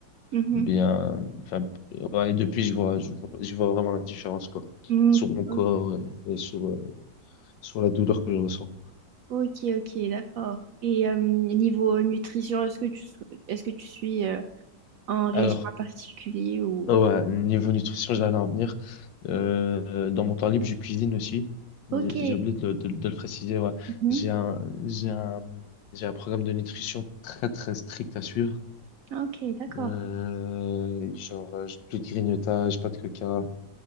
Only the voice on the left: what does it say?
bien. Enfin, ouais, et depuis, je vois, je vois, je vois vraiment la différence, quoi,
sur mon corps
et, et sur, euh, sur la douleur que je ressens.
Alors,
Ah Ouais, niveau nutrition, j'allais en venir. Euh, dans mon temps libre, je cuisine aussi. J'ai
j'ai oublié de, le de- de le préciser. Ouais.
J'ai un, j'ai un, j'ai un programme de nutrition très très strict à suivre.
Euh, genre, euh, plus de grignotage, pas de coca.